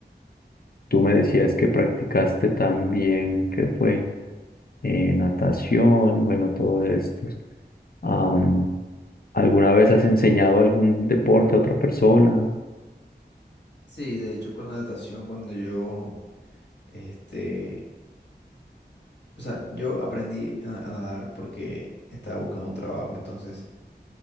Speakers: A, on the left (about 55°); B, on the left (about 75°).
A: Tú me decías que practicaste también, ¿qué fue? Eh, natación, bueno, todos estos. Am, ¿alguna vez has enseñado algún deporte a otra persona?
B: Sí, de hecho con la natación cuando yo, este, o sea, yo aprendí a, a nadar porque estaba buscando un trabajo, entonces